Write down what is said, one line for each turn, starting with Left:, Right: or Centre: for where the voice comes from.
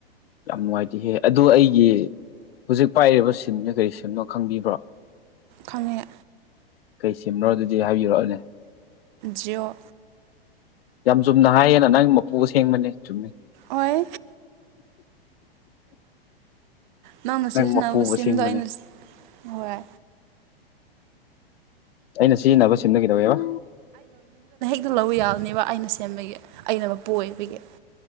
Left: ꯌꯥꯝ ꯅꯨꯡꯉꯥꯏꯇꯦꯍꯦ ꯑꯗꯨꯗꯣ ꯑꯩꯒꯤ ꯍꯧꯖꯤꯛ ꯄꯥꯏꯔꯤꯕ ꯁꯤꯝꯅ ꯀꯔꯤ ꯁꯤꯝꯅꯣ ꯈꯪꯕꯤꯕ꯭ꯔꯣ
Right: ꯈꯪꯉꯦ
Left: ꯀꯩ ꯁꯦꯝꯅꯣ ꯑꯗꯨꯗꯤ ꯍꯥꯏꯕꯤꯔꯛꯑꯅꯦ
Right: ꯖꯤꯑꯣ
Left: ꯌꯥꯝ ꯆꯨꯝꯅ ꯍꯥꯏꯌꯦꯅ ꯅꯪꯒꯤ ꯃꯄꯨꯒ ꯁꯦꯡꯕꯅꯦ ꯆꯨꯝꯃꯤ
Right: ꯑꯣꯏ ꯅꯪꯅ
Left: ꯅꯪ
Right: ꯁꯤꯖꯤꯟꯅꯕ
Left: ꯃꯄꯨ ꯑꯁꯦꯡꯕꯅꯦ
Right: ꯁꯦꯝꯗꯣ ꯑꯩꯅ ꯍꯣꯏ
Left: ꯑꯩꯅ ꯁꯤꯖꯤꯟꯅꯕ ꯁꯤꯝꯅ ꯀꯩꯗꯧꯦꯕ
Right: ꯑꯗꯨ ꯂꯧ ꯌꯥꯕꯅꯦꯕ ꯑꯩꯅ ꯁꯦꯝꯕꯒꯤ ꯑꯩꯅ ꯃꯄꯨ ꯑꯣꯏꯕꯒꯤ